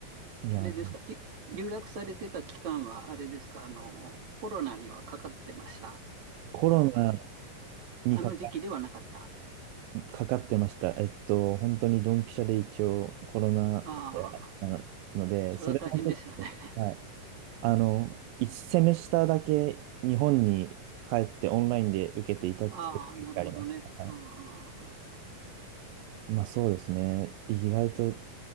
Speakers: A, on the right (about 80°); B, on the right (about 55°).
A: い、いや、
B: あれですか、り留学されてた期間は、あれですか、あの、コロナにはかかってました。
A: コロナ
B: あ、あ
A: にかか、
B: あの時期ではなかった。
A: かかってました。えっと、本当にドンピシャで一応コロナ禍であったので、
B: ああ、それは大変でしたね。
A: それもちょっと、
B: <laughs>
A: はい。あの、1セメスターだけ日本に帰ってオンラインで受けていたっていう時があります。
B: ああ、なるほどね。
A: はい。
B: あ
A: まあそうですね。意外と